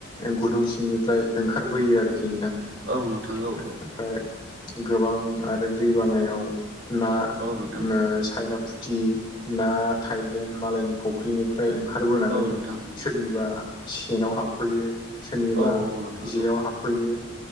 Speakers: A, on the left; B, on the right.
A: गुदुं सिंनिफ्राय ओंखारबोयो आरोखि नोंथां
B: औ नोंथां औ
A: ओमफ्राय
B: औ
A: गोबां आरो दैबानायाव ना ओ
B: औ नोंथां
A: सायनाफुथि ना थायलेण्ड मालायनि फुख्रिनिफ्राय ओंखारबोनानै
B: औ नोंथां
A: सोरनिबा सेनाव हाबफैयो सोरनिबा
B: औ नोंथां औ
A: जेयाव हाबफैयो